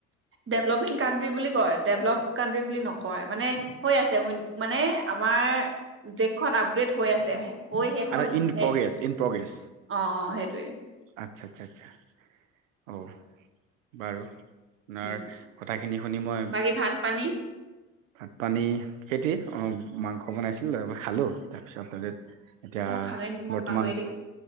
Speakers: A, on the right; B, on the right.
A: ডেভলপিং কানট্ৰি বুলি কয়, ডেভলপ কানট্ৰি বুলি নকয়। মানে হৈ আছে উইন মানে আমাৰ দেশখন আপগ্ৰেড হৈ আছে। হৈ
B: আৰু
A: খন
B: ইন
A: হে
B: প্ৰগ্ৰেছ ইন প্ৰগ্ৰেছ
A: অঁ অঁ সেইটোৱে।
B: আচ্ছা আচ্ছা আচ্ছা অ বাৰু, আপোনাৰ
A: উম
B: কথাখিনি শুনি মই
A: বাকী ভাত পানী
B: ভাত পানী সেইটোৱেই মাংস বনাইছিলোঁ, তাৰপৰা খালোঁ তাৰপিছত এতিয়া
A: অ খালে নি মই
B: বৰ্তমান
A: পাহৰি থাকিলো